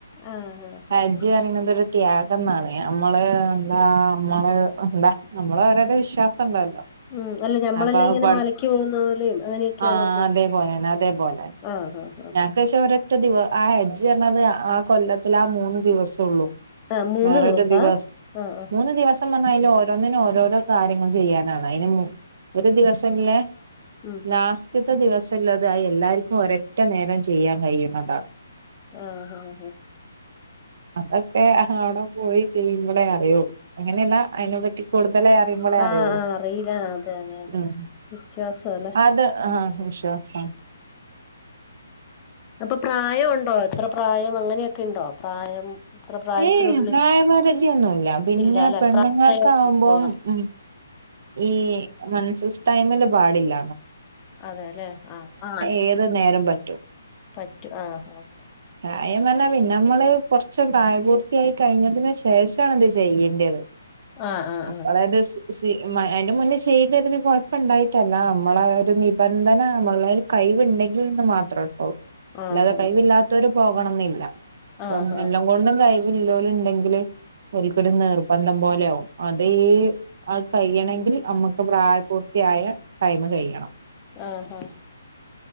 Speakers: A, on the left; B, on the right.
A: ആഹ് ആഹ്
B: ഹജ്ജ്
A: ആഹ്
B: അറിണതെരു ത്യാഗന്നാണ് അമ്മള് എന്താ അമ്മള് എന്താ അമ്മള് ഓരോരോ വിശ്വാസം. <unintelligible>
A: ഉം അല്ല ഞമ്മളെല്ലാം
B: അപ്പ അഹ്
A: ഇങ്ങനെ
B: പട്
A: മലയ്ക്ക് പോകുന്ന പോലെയും അങ്ങനെയൊക്കെയാണ്
B: ആ
A: ഉദ്ദേശിച്ചത്
B: അതേപോലെന്നെ അതേപോലെന്നെ
A: ആഹ് ആഹ് ആഹ്
B: ഞക്ക് പക്ഷെ ഒരൊറ്റ ദിവ ആ ഹജ്ജ് അർഞ്ഞത് ആഹ് കൊല്ലത്ത്ല് ആ മൂന്ന് ദിവസം ഒള്ളു
A: ആഹ് ആഹ് മൂന്ന്
B: വെറെരു
A: ദിവസാ
B: ദിവസ്
A: ആഹ് ആഹ്
B: മൂന്ന് ദിവസ് സം പർഞാ അയ്ല് ഓരോന്നിനും ഓരോരോ കാര്യങ്ങൾ ചെയ്യാനാണ് അയ്ന് ഒരു ദിവസല്ലെ
A: ഉം
B: ലാസ്റ്റത്തെ ദിവസല്ലത് അയ് എല്ലാർക്കും ഒരെറ്റ നേരം ചെയ്യാൻ കഴിയ്ണതാണ്
A: ആഹ് ആഹ് ആഹ്
B: അതൊക്കെ ഔടെ പോയി ചെയ്യുമ്പളെ അറിയോളളു അങ്ങനെ അല്ല അയ്നെ പറ്റി കൂട് ലെ അറിയുബളെ
A: ആഹ് ആഹ്
B: അറിയോള്ളു
A: ആഹ് അറിയില്ല അതെ അതെ അതെ
B: ഉം
A: വിശ്വാസം അല്ലെ
B: അത് ആഹ് വിശ്വാസ
A: അപ്പ പ്രായം ഉണ്ടോ? എത്ര പ്രായം? അങ്ങനെക്കെ ഇണ്ടോ പ്രായം? അത്ര പ്രായത്തിനുള്ളിൽ
B: ഏയ് പ്രായപരിധിയൊന്നുല്ല പിന്നെ
A: ഇല്ല ല്ലേ
B: പെണ്ണുങ്ങൾക്ക്
A: <unintelligible>
B: ആകുമ്പോം ഉം ഈ മൻസസ് ടൈമില് പാടില്ല
A: അതെ ലെ ആഹ് ആ
B: ഏത് നേരം പറ്റും
A: പറ്റും ആഹ് ആഹ് ആഹ്
B: അയ്ന് പർഞാ പിന്നെ നമ്മള് കൊർച്ച് പ്രായപൂർത്തിയായി കഴിഞ്ഞതിന് ശേഷാണ്ത് ചെയ്യെണ്ട്യത്
A: ആഹ് ആഹ്
B: <unintelligible> കൊഴപ്പുണ്ടായിട്ടല്ല നമ്മള ഒരു നിബന്ധന നമ്മളൽ കൈവി ഇണ്ടെങ്കിൽ ന്ന് മാത്രേള്ള ഓഹ്
A: ആഹ്
B: അല്ലാതെ
A: ആഹ്
B: കഴിവില്ലാത്തവര് പോകണം ന്നില്ല അപ്പം
A: ആഹ് ആഹ് ആഹ്
B: എല്ലാം കൊണ്ടും കൈ കഴിവ് ഉള്ളൂര് ഉണ്ടെങ്കിൽ ഒരിക്കടി നിർബന്ധം പോലെ ആകും അത് ഈ കയ്യണങ്കിൽ നമ്മുക്ക് പ്രായപൂർത്തിയായ ടൈമ് കയ്യണം
A: ആഹ് ആഹ് ആഹ് ആഹ് ആഹ്